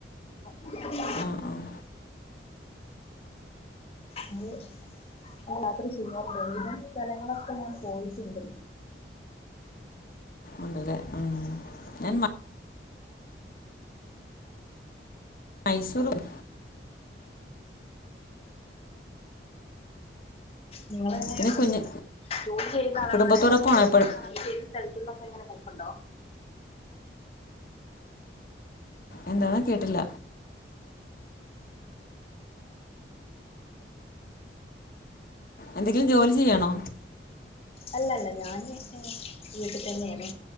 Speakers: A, on the left (about 35°); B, on the left (about 50°).
A: ഉ <unintelligible>
B: ആഹ് ആഹ്
A: അത് ഞാൻ യാത്ര ചെയ്യാറില്ല ഒരുവിതം സ്ഥലങ്ങളൊക്കെ ഞാൻ പോയിട്ടുണ്ട്
B: ഉണ്ട്ലേ ഉം ഞാൻ മ- മൈസൂറും
A: നിങ്ങള് എങ്ങനെ
B: പിന്നെ
A: അപ്പം
B: കുഞ്ഞ്
A: ജോലി ചെയ്യുന്ന ആളാണന്നല്ലേ
B: കുടുംബത്തോടൊപ്പമാണോ
A: പറഞ്ഞത് അപ്പൊ
B: എപ്പോഴും
A: ജോലി ചെയ്യ്ന്ന സ്ഥലത്തുന്നൊക്കെങ്ങെ പോക്കുണ്ടോ
B: എന്താണ് കേട്ടില്ല എന്തെങ്കിലും ജോലി ചെയ്യാണോ
A: അല്ലല്ല ഞാന് ഏഹ് വീട്ടി തന്നേണ്